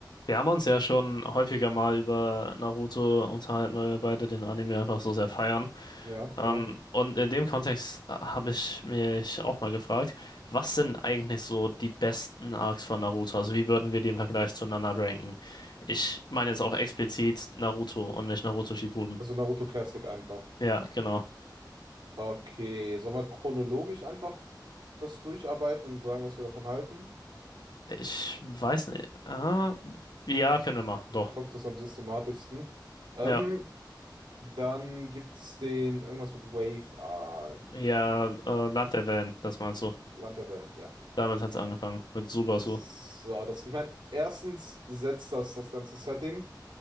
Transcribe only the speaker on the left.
Wir haben uns ja schon häufiger mal über Naruto unterhalten, weil wir beide den Anime einfach so sehr feiern.
Ähm,
und in dem Kontext äh, habe ich mich auch mal gefragt, was sind eigentlich so die besten Arcs von Naruto? Also wie würden wir die im Vergleich zueinander ranken? Ich meine jetzt auch explizit Naruto und nicht Naruto Shippuden.
Ja, genau.
Ich weiß nicht. Ah, ja, können wir machen, doch.
Ja,
ja, äh,
Land der Wellen, das meinst du.
Damit hat es angefangen, mit Subasu.